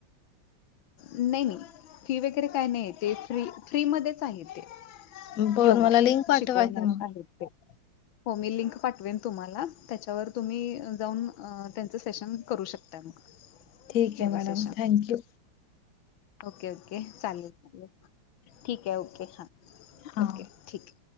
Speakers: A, on the left; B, on the left.
A: नाही नाही फी वगैरे काय नाही ते फ्री फ्रीमध्येच आहे ते.
B: बर
A: योगा
B: मला लिंक पाठवा
A: शिकवणार
B: की मग.
A: आहेत ते. हो मी लिंक पाठवेन तुम्हाला त्याच्यावर तुम्ही जाऊन अ त्यांचं सेशन करू शकताय मग.
B: ठीक
A: yoga
B: आहे madam
A: session
B: thank you.
A: Okay okay चालेल ठीक आहे ओके हां.
B: हा
A: ओके ठीक आहे.